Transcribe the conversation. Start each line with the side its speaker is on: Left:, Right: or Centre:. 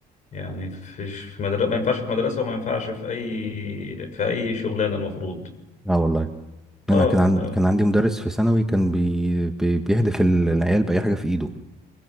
Left: يعني في في مدرسة ما ينفعش في مدرسة وما ينفعش في اي في اي شغلانة المفروض
Centre: اه والله
Left: اه
Centre: انا كان
Left: ف
Centre: عن... كان عندي مدرس في ثانوي كان بي... بي... بيهدف ال- العيال باي حاجه في ايده